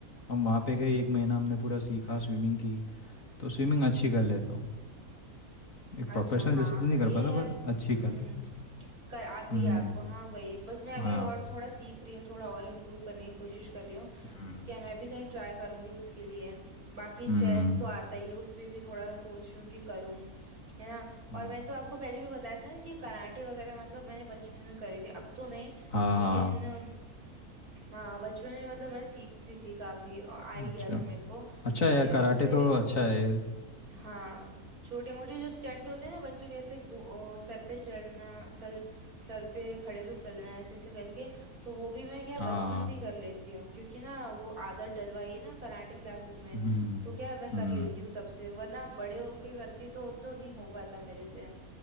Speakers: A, on the left; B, on the right.
A: हम वहाँ पे गए
B: हम्म
A: एक महीना हमने पूरा सीखा स्विमिंग की तो स्विमिंग अच्छी कर लेता हूँ एक
B: अच्छा
A: प्रोफेशनल
B: हाँ
A: जैसे तो नहीं
B: बढ़िया
A: कर पाता
B: है यार
A: पर अच्छी कर
B: हम्म
A: लेते हैं।
B: कर आती
A: हम्म
B: है आपको हाँ वही बस मैं अभी
A: हाँ
B: और थोड़ा सीख रही हूँ थोड़ा और इम्प्रूव करने की कोशिश कर रही हूँ
A: हम्म
B: फिर क्या मैं भी कहीं ट्राई करूंगी उसके लिए बाकी
A: हम्म
B: चेस तो आता ही है उस पे भी थोड़ा सोच रही हूँ कि करूँ है ना
A: हम्म,
B: और मैंने तो आपको पहले भी बताया था ना कि कराटे वगैरह मतलब मैंने बचपन में करी थी अब तो नहीं
A: हाँ
B: लेकिन अम, हाँ बचपन में मतलब मैं सीखती थी काफी और आ ही
A: अच्छा
B: गया था मेरे को
A: अच्छा है
B: तो
A: यार
B: क्या तब
A: कराटे
B: से
A: तो अच्छा है
B: हाँ छोटे मोटे जो स्टंट होते हैं ना बच्चों के ऐसे घू- ओ, सर पे चलना सर सर पे खड़े होकर चलना ऐसे ऐसे करके तो वो भी मैं क्या
A: हाँ
B: बचपन से ही कर लेती हूँ क्योंकि ना वो आदत डलवाई है ना कराटे क्लासेस में
A: हम्म
B: तो क्या मैं कर
A: हम्म
B: लेती हूँ तब से वरना बड़े होके करती तो तो नहीं हो पाता मेरे से